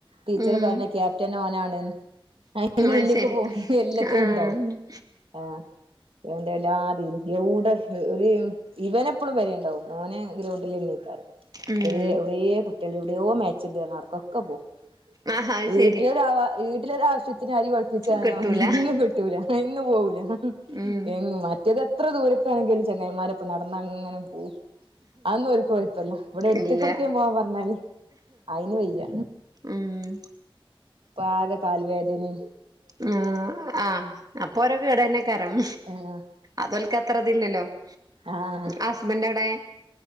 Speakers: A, on the right; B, on the right.
A: ടീച്ചർ
B: ഉം
A: പറയ്ണ് ക്യാപ്റ്റൻ ഓനാണ് അയിന് മുന്നിക്ക്
B: അത് ശരി
A: പോവും എല്ലാത്തിനും
B: ആഹ്
A: ഇണ്ടാവും ആഹ കണ്ട എല്ലാ ഇതീനും എവുടെ ഒരു ഇവനെപ്പഴും പെരേണ്ടാവും മോന് ഗ്രൗണ്ടില്ന്നെ ഏക്കാരം
B: ഉം
A: ഇത് എവിടെയേ കുട്ട്യാള് എവിടെയോ മാച്ച് ഇണ്ട് പറഞ്ഞ് അവിട്ക്കൊക്കെ പോവും
B: ആഹ് അത്
A: വീട്ടിലൊരാവ
B: ശരി
A: വീട്ടിലൊരവശ്യത്തിന് ത്തി അരി പൊടിപ്പിച്ചാനോ
B: കിട്ടൂല
A: എന്നും കിട്ടൂല അയിനൊന്നും പോവൂല
B: ഉം
A: എന്നും മറ്റേത് എത്ര ദൂരൊക്കാണെങ്കിലും ചെങ്ങായിമാരൊപ്പം നടന്ന് അങ്ങനെ പോവും അത് ഒന്നും ഓര്ക്ക് പ്പല്ല ഇവിടെ എടുത്തിക്കി
B: ഇല്ല
A: ഓട്ക്കേന് പോവാൻ പറഞ്ഞാല് അയിന് വയ്യ
B: ഉം
A: അപ്പാകെ കാല് വേദനിം
B: ഉം ആഹ അപ്പൊ ഓരൊക്കെ കെടന്നെ ആക്കാരം
A: ആഹ്
B: അതോല്ക്ക് അത്ര ഇതില്ലല്ലോ <unintelligible>
A: ആഹ
B: ഹസ്ബന്റ് എവിടെ